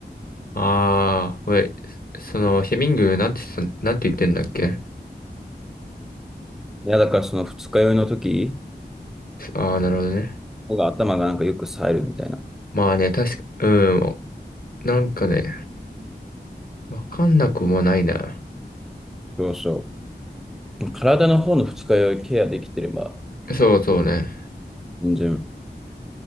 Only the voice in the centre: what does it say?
いや、だからその二日酔いの時
のが頭がなんかよく冴えるみたいな。
そうそう。体の方の二日酔いケアできてれば、
全然。